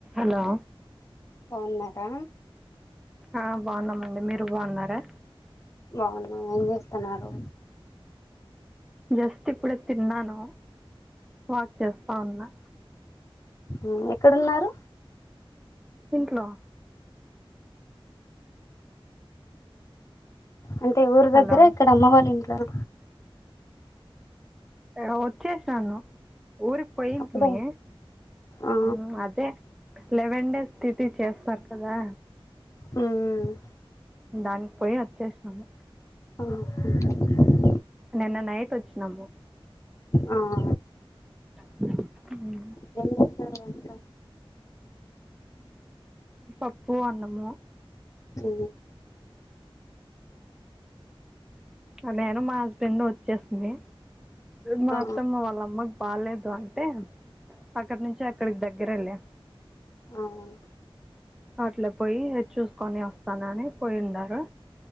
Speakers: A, in the centre; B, on the left.
A: Hello
B: బవున్నారా
A: ఆ బాగున్నాంమండి మీరు బాగున్నారా
B: బాగున్నామండీ ఏం చేస్తున్నారు
A: జస్ట్ ఇప్పుడే తిన్నాను వాక్ చేస్తా ఉన్నా
B: ఉమ్ ఎక్కడున్నారు
A: ఇంట్లో
B: అంటే ఊరి
A: హలో
B: దగ్గర ఇక్కడ అమ్మ వల్ల ఇంట్లో నా
A: ఇక వచ్చేసాను ఊరికి పోయింటమీ
B: అప్పుడే ఆ
A: ఉ అదే లెవెన్ డేస్ తిథి చేస్తారు కదా
B: ఉమ్
A: దానికి పొయి ఒచ్చేసినము
B: ఆహా
A: నిన్న నైటొచ్చినము
B: ఆహ
A: మ్
B: వెన్యూ సర్ వేల్ కమ్
A: పప్పు అన్నము
B: <inaudible>
A: అ నేను మా హస్బెండు వొచ్చేస్తుంది మా
B: ఆ
A: అత్తమ్మ వాళ్ళమ్మ పాల్లేదు అంటే అక్కడ నుంచి అక్కడ కి దగ్గిరేలే
B: అవును
A: అట్ల పొయ్యి చూస్కొని వస్తానని పొయ్యిండారు